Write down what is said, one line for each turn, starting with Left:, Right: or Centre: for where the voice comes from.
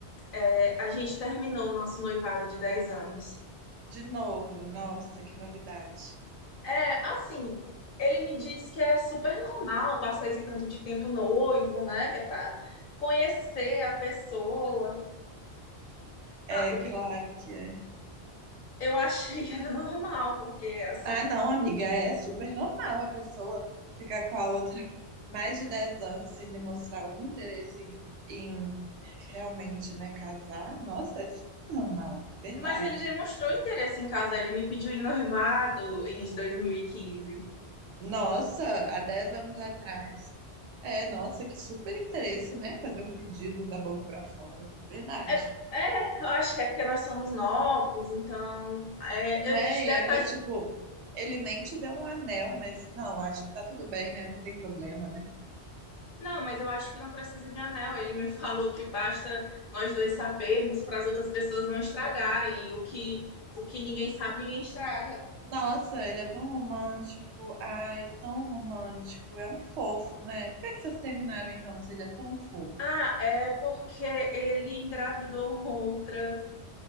Left: É, a gente terminou o nosso noivado de 10 anos.
Right: de novo, nossa, que novidade.
Left: É, assim, ele me diz que é super normal passar esse tanto de tempo noivo, né? Que é pra conhecer a pessoa
Right: É,
Left: Ah, o que
Right: claro que é.
Left: eu achei que era <laughs> normal, porque assim.
Right: Ah, não, amiga, é super normal a pessoa ficar com a outra <laughs> mais de 10 anos sem demonstrar um interesse em, em realmente, né, casar. Nossa, é super normal, verdade.
Left: Mas ele demonstrou interesse em casar, ele me pediu em noivado em 2015.
Right: Nossa, há dez anos atrás, é, nossa, que super interesse, né, fazer um pedido da boca pra fora, verdade.
Left: É, é, eu acho que é porque nós somos novos, então é,
Right: Né,
Left: a gente
Right: e
Left: deve
Right: ainda,
Left: estar.
Right: tipo, ele nem te deu um anel, mas não, acho que tá tudo bem, né, não tem problema, né.
Left: Não, mas eu acho que não precisa de anel. Ele me <laughs> falou que basta nós dois sabermos para as outras pessoas não estragarem. E o que, o que ninguém sabe, ninguém estraga.
Right: Nossa, ele é tão romântico. Ai, tão romântico. É um fofo, né? Por que que vocês terminaram então, se ele é tão fofo?
Left: Ah, é porque ele engravidou outra